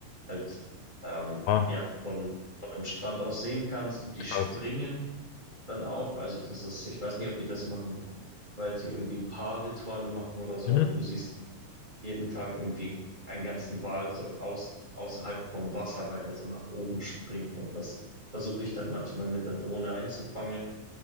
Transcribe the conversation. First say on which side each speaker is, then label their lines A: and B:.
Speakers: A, on the right; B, on the left.
A: halt ähm,
B: Ah,
A: ja von, von einem Strand aus sehen kannst und die
B: krass.
A: springen dann auch. Also das ist, ich weiß nicht, ob die das machen, weil sie irgendwie Paarrituale machen oder so,
B: Mhm.
A: aber du siehst jeden Tag irgendwie einen ganzen Wal so aus, außerhalb vom Wasser, weil der so nach oben springt und das versuche ich dann manchmal mit der Drohne einzufangen